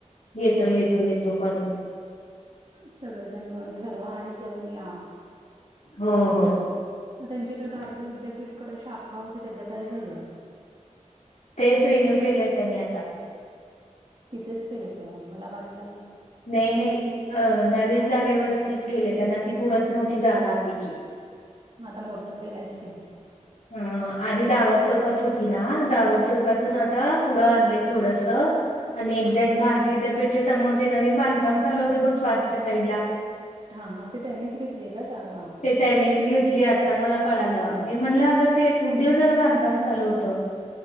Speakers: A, on the left; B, on the right.
A: येतो येतो येतो करून.
B: सगळेजण म्हणून ठरवा आणि जाऊन या.
A: हो हो.
B: मग त्यांच्या इकडे भारतीय विद्यापीठकडे अ शाखा होती त्याचं काय झालं.
A: तेच रिन्यू केलंय त्यांनी आता
B: तिथेच केले तर म मला वाट.
A: नाही नाही अ नवीन जागेवर तीच केले त्यांना ती पुरत नव्हती जागा आधीची.
B: मग आता मोठं केला असतील.
A: हा. आधी दावत चौकात होती ना दावत चौकातून आता पुढं आणले थोडस. आणि एक्झॅक्ट भारतीय विद्यापीठच्या समोर जे नवीन बांधकाम चालू होतं बग स्वतःच्या साईड ला.
B: हा हा ते त्यानीच घेतलीय का जागा.
A: ते त्यांनीच घेतली आता मला कळालं मी म्हणलं अगं तेू दिवसालं बांधकाम चालू होत.